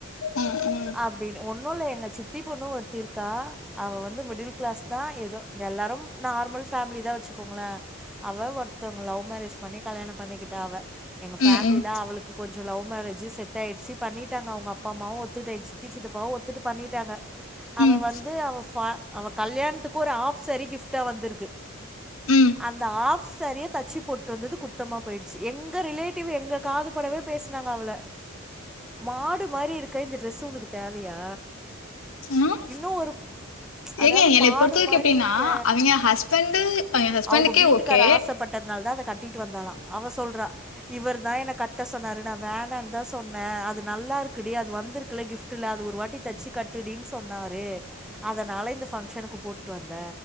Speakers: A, on the left; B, in the centre.
A: ம்
B: அப்டின்னு ஒன்னுல்ல எங்க சித்தி பொண்ணு ஒரு த்தி இருக்கா அவ வந்து மிடில் கிளாஸ்தா எதோ எல்லாரும் நார்மல் ஃபேமிலிதா வச்சுக்கோங்ள அவ ஒருத்தவங்கு லவ் மேரேஜ் பண்ணி கல்யாணம் பண்ணிக்கிட்டா அவ எங்க ஃபேம்லில
A: ம் ம்
B: அவளுக்கு கொஞ்சோ லவ் மேரஜு செட் ஆய்ர்ச்சு பண்ணிட்டாங்க அவ்ங்க அப்பா அம்மாவு ஒத்துக்ட்டு எங் சித்தி சிப்பாவு ஒத்துட்டு பண்ணிட்டாங்க அவ
A: ம்
B: வந்து அவ ஃபா அவ கல்யாண்த்துக்கு ஒரு ஆஃப் சேரி கிஃப்டா வந்திருக்கு
A: ம்
B: அந்த ஆஃப் சேரிய தச்சு போட்டு வந்தது குத்தமா போய்டுச்சு எங்க ரிலே டிவ்வு எங்க காது படவே பேஸ் னாங்க அவுள மாடு மாரி இருக்க இந்த ட்ரெஸ் உனுக்கு தேவையா
A: ம் ஆ
B: இன்னு ஒரு அதாவ்து
A: ஏங்க என்னைய
B: மாடு
A: பொறுத்த வரைக்கு
B: மாரி
A: எப்டின்னா
B: இருக்க
A: அவிங்க ஹஸ்பண்டு அவிங்க ஹஸ்பண்டுக்கே
B: அவ்ங்க வீட்டுக்கார்
A: ஓகே
B: ஆசப்பட் டத்னால்தா அத கட்டிட்டு வந்தாளா அவ சொல்றா இவருதா என்ன கட்ட சொன்னாருனு வேணான்தா சொன்ன அது நல்லா இருக்குடி அது வந்திருக்குல கிஃப்ட்டுல அது ஒரு வாட்டி தச்சு கட் டுடின் சொன்னாரு அதனால இந்த ஃபங்க்ஷனுக்கு போட்டு வந்த